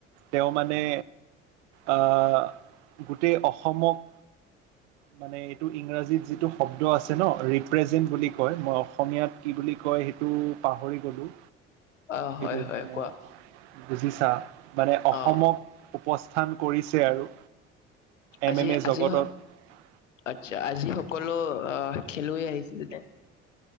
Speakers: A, on the right; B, on the left.
A: তেওঁ মানে আ, গোটেই অসমক মানে এইটো ইংৰাজীত যিটো শব্দ আছে ন ৰিপ্ৰেজেন্ট বুলি কয়, মই অসমীয়াত কি বুলি কয় সেইটো পাহৰি গ'লোঁ
B: অ', হয়,
A: এইটো
B: হয়
A: মানে
B: কোৱা।
A: বুজিছা? মানে অসমক
B: অ',
A: উপস্থান কৰিছে আৰু।
B: আজি
A: এম এম এ
B: আজি
A: জগতত
B: আচ্ছা আজি সকলো আ, খেলুৱৈ আহিছিল নে?